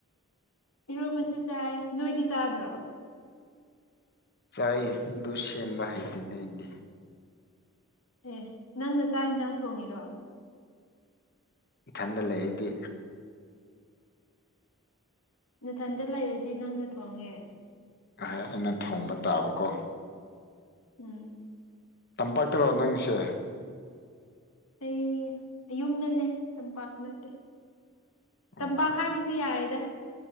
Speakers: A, on the left; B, on the left.
A: ꯏꯔꯣꯟꯕꯁꯨ ꯆꯥꯏ ꯅꯣꯏꯗꯤ ꯆꯥꯗ꯭ꯔꯣ
B: ꯆꯥꯏꯌꯦ ꯑꯗꯨ ꯁꯦꯝꯕ ꯍꯩꯗꯦꯅꯦ ꯑꯩꯗꯤ
A: ꯑꯦ ꯅꯪꯅ ꯆꯥꯛ ꯌꯦꯟꯁꯥꯡ ꯊꯣꯡꯉꯤꯔꯣ
B: ꯏꯊꯟꯗ ꯂꯩꯔꯗꯤ
A: ꯅꯊꯟꯇ ꯂꯩꯔꯗꯤ ꯅꯪꯅ ꯊꯣꯡꯉꯦ
B: ꯑ ꯑꯩꯅ ꯊꯣꯡꯕ ꯇꯥꯕꯀꯣ
A: ꯎꯝ
B: ꯇꯝꯄꯥꯛꯇꯔꯣ ꯅꯪꯁꯦ
A: ꯑꯩꯅꯦ ꯌꯨꯝꯗꯅꯦ ꯇꯝꯄꯥꯛ ꯅꯠꯇꯦ
B: ꯑꯣ
A: ꯇꯝꯄꯥꯛ ꯍꯥꯏꯕꯁꯨ ꯌꯥꯏꯌꯦꯗ